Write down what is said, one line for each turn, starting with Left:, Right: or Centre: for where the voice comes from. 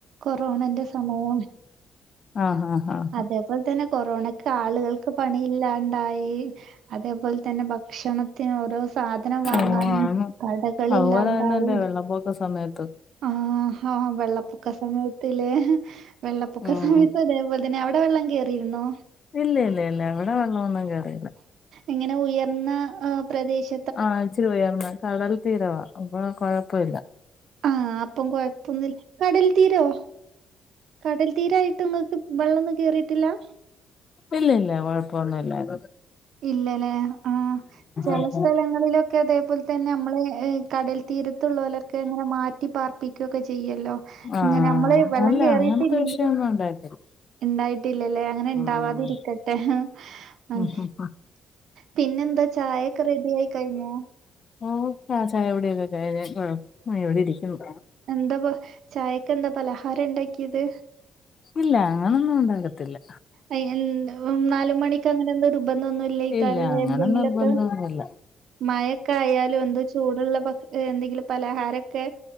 Right: കൊറോണന്റെ സമയം
Left: ആ ആ ആഹ്
Right: അതേപോലെ തെന്നെ കൊറോണക് ക്കാളുകൾക്ക് പണി ഇല്ലാണ്ടായീ അതേപോലെ തന്നെ ഭക്ഷണത്തിന് ഓരോ സാധനം വാങ്ങാനും
Left: ആഹ് ഓ ആണ്
Right: കടകളില്ലാണ്ടായി.
Left: അതുപോലെ തന്നെല്ലേ വെള്ളപ്പൊക്ക സമയത്ത്
Right: ആ ഹാ വെള്ളപ്പൊക്ക സമയത്തിലേ വെള്ളപ്പൊക്ക
Left: ഉം
Right: സമത്തിതേപോലെ തന്നെ അവിടെ വെള്ളം കേറിയിരുന്നോ?
Left: ഇല്ലെ ഇല്ലെ ഇല്ല്യാ ഇവിടെ വെള്ളൊന്നും കേറീല.
Right: എങ്ങനെ ഉയർന്ന ഹ് പ്രദേശ്
Left: ആ ഇച്ചിരി ഉയർന്ന കടൽ തീരവാ അപ്പൊ കൊഴപ്പൊല്ല്യാ
Right: ആഹ് അപ്പം കൊഴപ്പൊന്നുല് കടൽ തീരോ കടൽ തീരായിട്ട് ഇങ്ങക്ക് വെള്ളൊന്നും കേറീട്ടില്ലാഹ്.
Left: ഇല്ലെ ഇല്ല്യാ കൊഴപ്പൊന്നും ഇല്ലായി
Right: ഇല്ലലേ ആഹ് ചെല
Left: ആഹ്
Right: സ്ഥലങ്ങളിലൊ ക്കെ തേപോലെതെന്നെ അമ്മള് കടൽ തീരത്തുള്ളോലൊക്കെ ഇങ്ങനെ മാറ്റി പാർപ്പിക്കുക്കൊക്കെ ചെയ്യൊല്ലോ
Left: ആഹ് ആഹ്
Right: ഇങ്ങനെ അമ്മള് വെള്ളം
Left: അല്ല
Right: കേറിയിട്ടില്ലെങ്കിലും
Left: അങ്ങനത്തെ വിഷയൊന്നും ഉണ്ടായിട്ടില്ല
Right: മ്ഇണ്ടായിട്ടില്ലല്ലേ അങ്ങനെ ഇണ്ടാവാതിരിക്കെ
Left: ആഹ്
Right: തെഹ് അഹ്
Left: ഉം ഉം
Right: പിന്നെ ന്താ ചായൊക്കെ റെഡി ആയി കഴിഞ്ഞോ
Left: മ് ആ ചായ കുടിയൊക്കെ കഴിഞ്ഞ് ഇവിടെ ഇരിക്കുന്നു
Right: എന്താപൊ ചായക്കെന്താ പലഹാരം ണ്ടാക്കിയത്.
Left: ഇല്ലാഹ് അങ്ങനൊന്നും ഉണ്ടാകത്തില്ല
Right: അയീ എന്താ നാലുമണിക്ക് അങ്ങനെ എന്തോ നിർബന്ധുന്നുല്ല്യേകാരം
Left: ഇല്ല
Right: ല്ലേ
Left: അങ്ങനെ
Right: എന്തെങ്കിലൊക്കെ
Left: നിർബന്ധമൊന്നുമില്ല
Right: മയൊക്കെ ആയാലും എന്തോ ചൂടുള്ള പഫ്ഹ് എന്തെങ്കിലും പലഹാരൊക്കെ